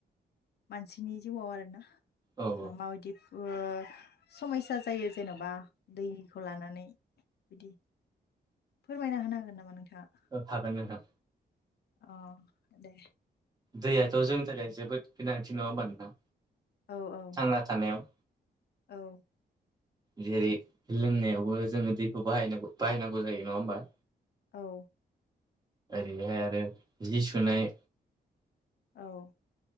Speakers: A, on the left; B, on the right.
A: मानसिनि जिउआव आरोना
B: औ
A: बा
B: औ
A: मा बायदि ओ समयसा जायो जेन'बा दैखौ लानानै बिदि। फोरमायना होनो हागोन नामा नोंथाङा?
B: औ हागोन नोंथां।
A: अ दे।
B: दैयाथ' जोंनि थाखाय जोबोद गोनांथि। नङा होमबा नोंथां?
A: औ औ।
B: थांना थानायाव।
A: औ।
B: जेरै लोंनायावबो जोङो दैखौ बाहाय नांगौ बाहायनांगौ जायो। नङा होमबा?
A: औ।
B: ओरैहाय आरो जि सुनाय
A: औ